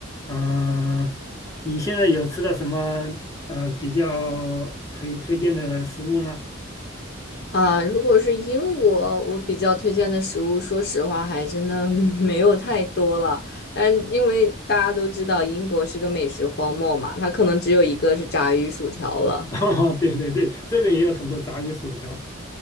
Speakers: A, on the left (about 15°); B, on the left (about 50°).
A: 呃，你现在有吃到什么呃比较可以推荐的食物吗？
B: 啊，如果是英国，我比较推荐的食物，说实话还真的 <laughs> 没有太多了。但因为大家都知道英国是个美食荒漠嘛，它可能只有一个是炸鱼薯条了。
A: <laughs> 哦，对对对，这边也有很多炸鱼薯条，